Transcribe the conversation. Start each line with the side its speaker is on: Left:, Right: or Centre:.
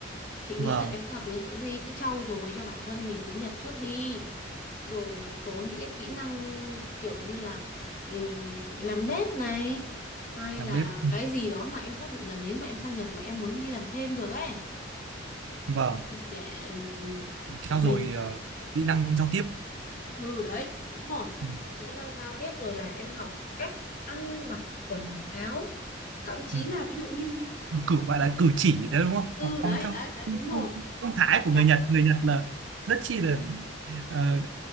Left: chị nghĩ
Right: vâng
Left: là em cứ học tiếng Nhật trước đi cứ trau dồi cho bản thân mình tiếng Nhật trước đi rồi một số những cái kỹ năng kiểu như là ừm, làm bếp này hay
Right: làm
Left: là
Right: bếp Ừ.
Left: cái gì đó mà em xác định là nếu mà em sang Nhật mà em muốn đi làm thêm được ấy
Right: vâng
Left: thì để ừm,
Right: để trau
Left: mình
Right: dồi ờ, kỹ năng giao tiếp
Left: ừ đấy đúng rồi
Right: ừ.
Left: kỹ năng giao tiếp rồi là em học cách ăn mặc quần áo thậm chí
Right: Ừ.
Left: là ví dụ như
Right: cử gọi là cử chỉ đấy đúng không
Left: ừ
Right: học
Left: đấy
Right: phong theo
Left: đấy đấy đúng rồi
Right: phong, phong thái
Left: tập
Right: của
Left: làm
Right: người Nhật
Left: quen
Right: người Nhật là rất chi là ờ,